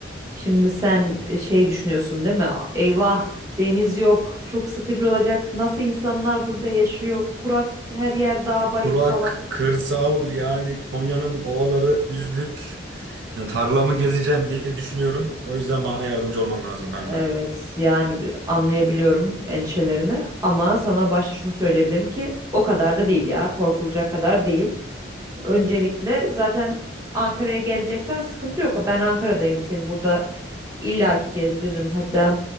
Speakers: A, on the right; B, on the right.
A: Şimdi sen e, şey düşünüyorsun değil mi? Eyvah deniz yok. Çok sıkıcı olacak. Nasıl insanlar burada yaşıyor? Kurak her yer dağ bayır
B: Kurak,
A: falan.
B: kırsal yani Konya'nın ovaları, düzlük. Yani tarlamı gezeceğim diye düşünüyorum. O yüzden bana yardımcı olman lazım kanka.
A: Evet yani bi- anlayabiliyorum endişelerini ama sana başta şunu söyleyebilirim ki o kadar da değil ya. Korkulacak kadar değil. Öncelikle zaten Ankara'ya geleceksen sıkıntı yok. Ben Ankara'dayım seni burada illaki gezdiririm. Hatta